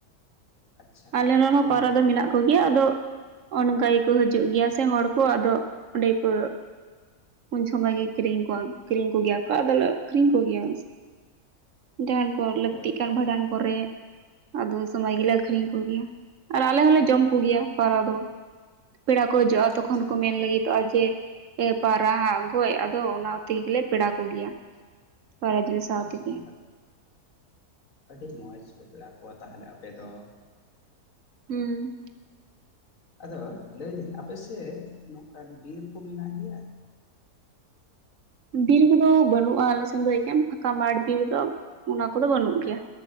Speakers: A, on the left; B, on the right.
A: ᱟᱪᱪᱷᱟ
B: ᱟᱞᱮ ᱨᱮᱱ
A: ᱟᱹᱰᱤ
B: ᱦᱚᱸ ᱯᱚᱣᱨᱟ
A: ᱱᱟᱯᱟᱭ
B: ᱫᱚ ᱢᱮᱱᱟᱜ ᱠᱚ ᱜᱮᱭᱟ ᱟᱫᱚ ᱚᱱᱠᱟ ᱜᱮᱠᱚ ᱦᱤᱡᱩᱜ ᱜᱮᱭᱟ ᱥᱮ ᱦᱚᱲ ᱠᱚ ᱟᱫᱚ ᱚᱸᱰᱮ ᱠᱚ ᱩᱱ ᱥᱚᱢᱚᱭ ᱜᱮ ᱠᱤᱨᱤᱝ ᱠᱚᱣᱟ ᱠᱤᱨᱤᱧ ᱠᱚᱜᱮᱭᱟᱠᱚ ᱟᱫᱚ ᱞᱮ ᱟᱠᱷᱨᱤᱧ ᱠᱚᱜᱮᱭᱟ ᱡᱟᱦᱟᱸ ᱨᱮ ᱠᱚ ᱞᱟᱹᱠᱛᱤᱜ
A: ᱦᱳᱭ
B: ᱠᱷᱟᱱ
A: ᱟᱹᱰᱤ
B: ᱵᱷᱟᱸᱰᱟᱱ ᱠᱚᱨᱮ ᱟᱫᱚ ᱩᱱ ᱥᱚᱢᱚᱭ ᱜᱮ ᱞᱮ ᱟᱠᱷᱨᱤᱧ
A: ᱦᱮᱸ
B: ᱠᱚᱜᱮᱭᱟ ᱟᱨ ᱟᱞᱮ ᱦᱚᱸᱞᱮ ᱡᱚᱢ ᱠᱚᱜᱮᱭᱟ
A: ᱦᱳᱭ
B: ᱯᱟᱣᱨᱟ ᱫᱚ ᱯᱮᱲᱟ ᱠᱚ ᱦᱤᱡᱩᱜᱼᱟ ᱛᱚᱠᱷᱚᱱ
A: ᱟᱪᱪᱷᱟ
B: ᱠᱚ ᱢᱮᱱ ᱞᱟᱹᱜᱤᱫᱚᱜᱼᱟ ᱡᱮ ᱯᱟᱣᱨᱟ ᱜᱚᱡ ᱟᱫᱚ ᱚᱱᱟ ᱛᱮᱜᱮᱞᱮ ᱯᱮᱲᱟ ᱠᱚᱜᱮᱭᱟ ᱯᱟᱣᱨᱟ ᱡᱤᱞ ᱥᱟᱶ
A: ᱟᱪᱪᱷᱟ
B: ᱛᱮᱜᱮ
A: ᱟᱹᱰᱤ ᱢᱚᱸᱡᱽ ᱯᱮ ᱯᱮᱲᱟ ᱠᱚᱣᱟ ᱛᱟᱦᱚᱞᱮ ᱟᱯᱮ ᱫᱚ
B: ᱦᱩᱸ
A: ᱟᱫᱚ ᱞᱟᱹᱭᱫᱟᱹᱧ ᱟᱯᱮᱥᱮᱫ ᱱᱚᱝᱠᱟᱱ ᱵᱤᱨ ᱠᱩ ᱢᱮᱱᱟᱜ ᱜᱮᱭᱟ
B: ᱵᱤᱨ ᱠᱚᱫᱚ ᱵᱟᱹᱱᱩᱜᱼᱟ ᱟᱞᱮᱥᱮᱫ ᱫᱚ ᱮᱠᱷᱮᱱ ᱯᱷᱟᱸᱠᱟ ᱢᱟᱴ ᱵᱤᱨᱫᱚ ᱚᱱᱟ ᱠᱚᱫᱚ ᱵᱟᱹᱱᱩᱜ ᱜᱮᱭᱟ